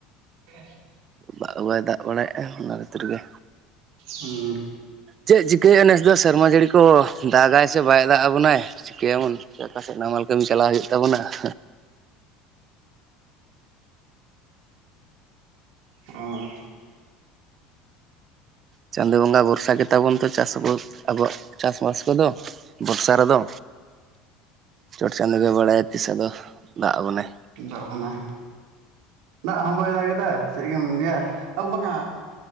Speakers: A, on the right; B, on the right.
A: <unintelligible>
B: ᱫᱟᱜ ᱵᱟᱭ ᱫᱟᱜ ᱵᱟᱲᱟᱭᱮᱫᱼᱟ ᱚᱱᱟ ᱠᱷᱟᱹᱛᱤᱨ ᱜᱮ
A: ᱦᱩᱸ
B: ᱪᱮᱫ ᱪᱤᱠᱟᱹᱭᱮᱫᱼᱟ ᱱᱮᱥ ᱫᱚ ᱥᱮᱨᱢᱟ ᱡᱟᱹᱲᱤ ᱠᱚ ᱫᱟᱜᱟᱭ ᱥᱮ ᱵᱟᱭ ᱫᱟᱜ ᱟᱵᱚᱱᱟᱭ ᱪᱤᱠᱟᱹᱭᱟᱵᱚᱱ ᱪᱮᱫ ᱚᱠᱟ ᱥᱮᱫ ᱱᱟᱢᱟᱞ ᱠᱟᱹᱢᱤ ᱪᱟᱞᱞᱟᱣ ᱦᱩᱭᱩᱜ ᱛᱟᱵᱚᱱᱟ᱾ <inaudible>
A: ᱚᱸ
B: ᱪᱟᱸᱫᱚ ᱵᱚᱸᱜᱟ ᱵᱷᱚᱨᱥᱟ ᱜᱮᱛᱟᱵᱚᱱ ᱛᱚ ᱪᱟᱥ ᱟᱵ ᱟᱵᱚᱣᱟᱜ ᱪᱟᱥ <unintelligible> ᱠᱚᱫᱚ ᱵᱚᱨᱥᱟ ᱨᱮᱫᱚ ᱪᱚᱴ ᱪᱟᱸᱫᱚ ᱜᱮ ᱵᱟᱲᱟᱭᱟ ᱛᱤᱥ ᱟᱫᱚ ᱫᱟᱜ ᱟᱵᱚᱱᱮ
A: ᱫᱟᱜ ᱵᱚᱱᱟ ᱫᱟᱜ ᱦᱚᱸ ᱵᱟᱭ ᱫᱟᱜ ᱮᱫᱟ ᱪᱮᱫ ᱜᱮᱢ ᱞᱟᱹᱭᱟ-ᱟ ᱵᱟᱝᱟ